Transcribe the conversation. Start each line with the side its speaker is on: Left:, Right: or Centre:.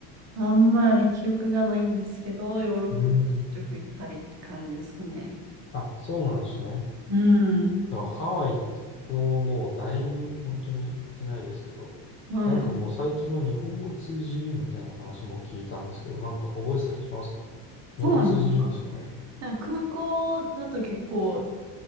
Right: あんまり記憶がないんですけど、ヨーロッパちょくちょく行ったりって感じですかね。
Left: うん。あ、そうなんですね。
Right: うん、
Left: だからハワイって僕ももうだいぶ本当に行ってないですけど、
Right: はい。
Left: なんかもう最近は日本語通じるみたいな話も聞いたんですけど、なんか覚えてたりしますか日本語通じるんですかね
Right: そうなんですかなんか空港だと結構